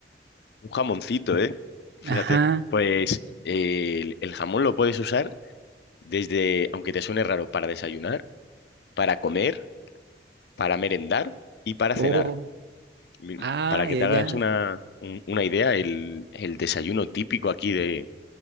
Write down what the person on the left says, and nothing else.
un jamoncito, ¿eh? Fíjate.
Pues eh, el, el jamón lo puedes usar desde, aunque te suene raro, para desayunar, para comer, para merendar y para
cenar. Mi-
Para que
te
hagas una, un- una idea, el, el desayuno típico aquí de,